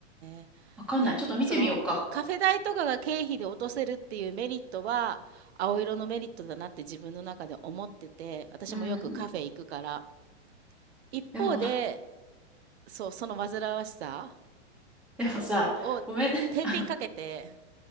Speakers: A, on the right; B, in the centre.
A: え。
B: わかんない。
A: いや、
B: ちょっと見てみようか。
A: その、カフェ代とかが経費で落とせるっていうメリットは青色のメリットだなって自分の中で思ってて私もよくカフェ行くから
B: うん。
A: 一方で、
B: でも、
A: そう、その煩わしさ
B: <laughs> でもさ、
A: を天秤かけて、
B: ごめん、<laughs> あの、